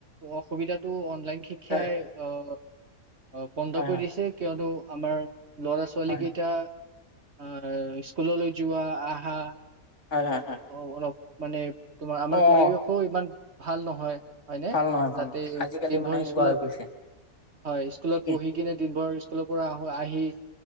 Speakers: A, on the right (about 50°); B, on the left (about 55°).
A: অসুবিধাতটো অন লাইং শিক্ষাই
B: হয়
A: অ অ বন্ধ
B: হয়
A: কৰি
B: হয়
A: দিছে কিয়নো। আমাৰ। ল'ৰা ছোৱালী
B: হয়
A: কেইটা। অ স্কুললৈ যোৱা আহা-
B: হয় হয় হয়
A: অ, অলপ মানে। তোমাৰ আমাৰ
B: অ
A: পৰিৱেশো
B: অ
A: ইমান। ভাল নহয়। হয়নে
B: ভাল নহয় ভাল
A: তাতে
B: নহয় আজিকালি
A: দিনভৰ
B: মানে সেনেকুৱা
A: স্কুলত
B: হৈ পৰিছে
A: হয় স্কুলত
B: ঠিকেই
A: পঢ়ি কিনে দিনভৰ স্কুলৰ পৰা আহোঁ আহি।